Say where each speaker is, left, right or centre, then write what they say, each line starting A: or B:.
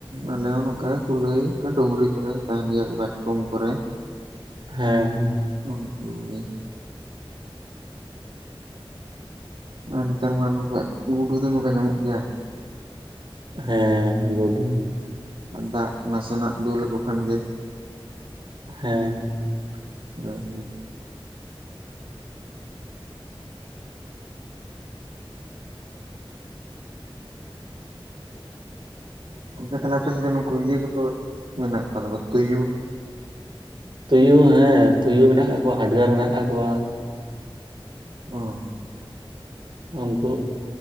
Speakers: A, on the right; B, on the right.
A: ᱟᱞᱮ ᱦᱚᱸ ᱱᱚᱝᱠᱟ ᱠᱩᱞᱟᱹᱭ ᱰᱩᱝᱨᱤ ᱠᱚᱨᱮ ᱛᱟᱦᱮᱱ ᱜᱮᱭᱟᱠᱚ ᱵᱟᱪᱠᱚᱢ ᱠᱚᱨᱮ
B: ᱦᱮᱸ
A: ᱩᱱᱠᱩ ᱜᱮ ᱟᱨ ᱱᱮᱛᱟᱨ ᱢᱟ ᱱᱚᱝᱠᱟ ᱜᱩᱰᱩ ᱫᱚᱢᱮ ᱠᱚ ᱧᱟᱢᱚᱜ ᱜᱮᱭᱟ
B: ᱦᱮᱸ ᱜᱩᱰᱩ
A: ᱟᱨ ᱫᱟᱜ ᱱᱟᱥᱮᱱᱟᱜ ᱫᱩᱞ ᱟᱠᱚ ᱠᱷᱟᱱ ᱜᱮ
B: ᱦᱮᱸ
A: <unintelligible> ᱜᱚᱝᱠᱮ ᱛᱟᱦᱚᱞᱮ ᱟᱯᱮ ᱥᱮᱫ ᱫᱚ ᱱᱩᱠᱩ ᱤᱭᱟᱹ ᱠᱚᱫᱚ ᱢᱮᱱᱟᱜ ᱠᱚᱣᱟ ᱥᱮ ᱵᱟᱝ ᱛᱩᱭᱩ
B: ᱛᱩᱭᱩ ᱦᱮᱸ ᱛᱩᱭᱩ ᱢᱮᱱᱟᱜ ᱠᱟᱜ ᱠᱚᱣᱟ ᱦᱟᱰᱜᱟᱨ ᱢᱮᱱᱟᱜ ᱠᱟᱜ ᱠᱚᱣᱟ
A: ᱚᱸ
B: ᱩᱱᱠᱩ